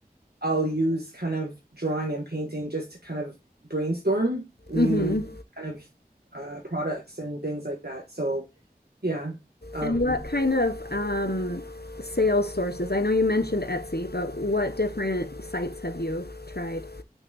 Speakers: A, on the right; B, on the left.
A: i'll use kind of drawing and painting just to kind of brainstorm new
B: Mm-hmm.
A: kind of uh, products and things like that so yeah um,
B: And what kind of um, sales sources? I know you mentioned Etsy, but what different sites have you tried?